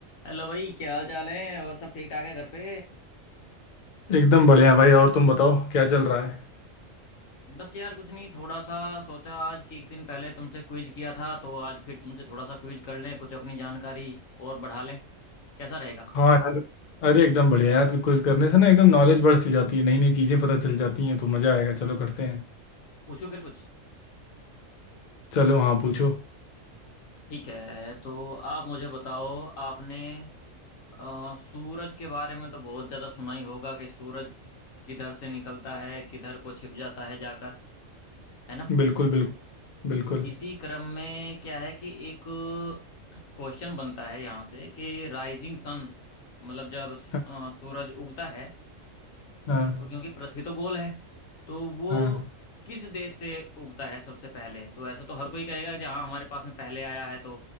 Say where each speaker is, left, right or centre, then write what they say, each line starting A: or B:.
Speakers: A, on the left; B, on the left.
A: Hello भाई क्या हाल चाल है और सब ठीक ठाक है घर पे
B: एकदम बढ़िया भाई और तुम बताओ क्या चल रहा है
A: बस यार कुछ नहीं थोड़ा सा सोचा आज कि एक दिन पहले तुमसे क्विज किया था तो आज फिर तुमसे थोड़ा सा क्विज कर लें कुछ अपनी जानकारी और बढ़ा लें कैसा रहेगा
B: हाँ यार अरे एकदम बढ़िया यार क्विज करने से ना एकदम नॉलेज बढ़ सी जाती है नई नई चीज़ें पता चल जाती हैं तो मज़ा आएगा चलो करते हैं
A: पूछो फिर कुछ
B: चलो हाँ पूछो
A: ठीक है तो आप मुझे बताओ आपने अ, सूरज के बारे में तो बहुत ज़्यादा सुना ही होगा कि सूरज किधर से निकलता है किधर को छिप जाता है जाकर है ना
B: बिल्कुल बिल्कुल बिल्कुल
A: इसी क्रम में क्या है कि एक क्वेश्चन बनता है यहाँ से कि राइजिंग सन मतलब जब
B: हाँ
A: अ, सूरज उगता है
B: हाँ
A: तो क्योंकि पृथ्वी तो गोल है तो वो
B: हाँ
A: किस देश से उगता है सबसे पहले तो ऐसा तो हर कोई कहेगा जहाँ हमारे पास में पहले आया है तो